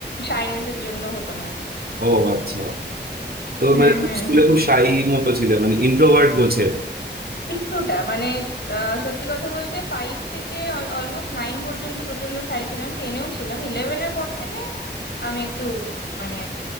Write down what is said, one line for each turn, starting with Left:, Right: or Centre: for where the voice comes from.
Left: শাইনেসের জন্য হতো না আর কি।
Right: ও আচ্ছা তো
Left: হুম
Right: মানে
Left: হুম
Right: তুমি স্কুলে
Left: হুম
Right: খুব শাই মতো ছিলে মানে ইন্ট্রোভার্ট গোছের
Left: কিছুটা মানে আহ, সত্যি কথা বলতে ফাইভ থেকে অলমোস্ট নাইন পর্যন্ত প্রচন্ড সাই ছিলাম টেনেও ছিলাম ইলেভেনের পর থেকে আমি একটু মানে